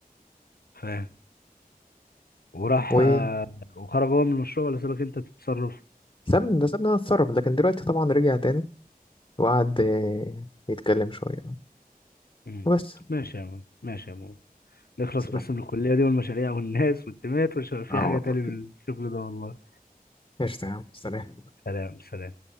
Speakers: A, on the left; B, on the left.
A: فاهم وراح
B: وسابني
A: آه، وخرج هو من المشروع ولا سابك انت تتصرف
B: ده سابني انا اتصرف لكن دلوقتي طبعا رجع تاني وقعد آه، يتكلم شويه
A: مم.
B: وبس
A: ماشي يا مول ماشي يا مول نخلص
B: سلام
A: بس من الكلية دي والمشاريع والناس والتيمات ومش هيبقى
B: اه
A: في حاجة
B: والله
A: تاني من الشغل ده والله
B: ايش تمام سلام
A: سلام سلام